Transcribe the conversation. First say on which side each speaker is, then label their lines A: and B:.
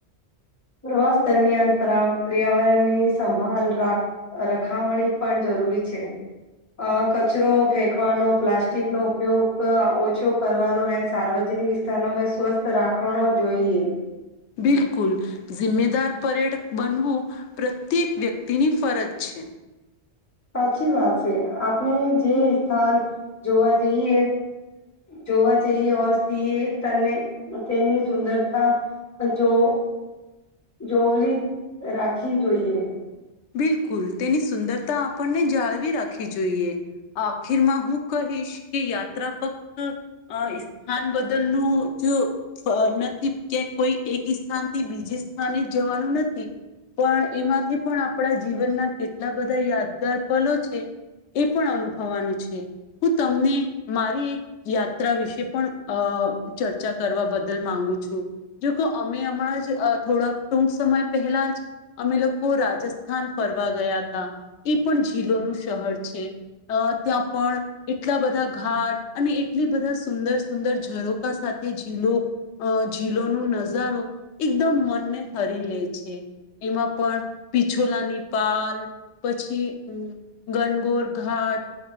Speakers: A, on the left; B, on the left.
A: પ્રવાસ દરમિયાન પર્યાવરણની સંભળ રા રખાવણી પણ જરૂરી છે આ કચરો ફેકવાનો પ્લાસ્ટિકનો ઉપયોગ ઓછો કરવાનો એ સાર્વજનિક વિસ્થાનોમાં સ્વસ્થ રાખવાનો જોઈએ
B: બિલકુલ િમ્મેદાર પરેડ બનવું પ્રત્યેક વ્યક્તિની ફરજ છે
A: સાચી વાત છે આપણે જે સ્થાન જોવા જઈએ જોવા જઈએને તેની સુંદરતા જો જોવલી રાખવી જોઈએ
B: બિલકુલ તેની સુંદરતા આપણને જાળવી રાખવી જોઈએ આખીરમાં હું કહીશ કે યાત્રા ફક્ત સ્થાન બદલનું જ નથી કે કોઈ એક સ્થાનથી બીજી સ્થાને જ જવાનું નથી પણ એમાંથી પણ આપણા જીવનના કેટલા બધા યાદગાર પલો છે એ પણ અનુભવાનું છે હું તમને મારી એક યાત્રા વિશે પણ અ ચર્ચા કરવા બદલ માંગુ છું જો અમે હમણાં જ થોડાક ટૂંક સમય પહેલા જ અમે રાજસ્થાન ફરવા ગયા હતા એ પણ ીલોનું શહર છે અ ત્યાં પણ એટલા બધા ઘાટ અને એટલી બધા સુંદર સુંદર રોકા સાથે જીલો ીલો ન નજારો એકદમ મનને હરી લે છે એમાં પણ પિછોલાનીપાલ પછી ગનગોર ઘાટ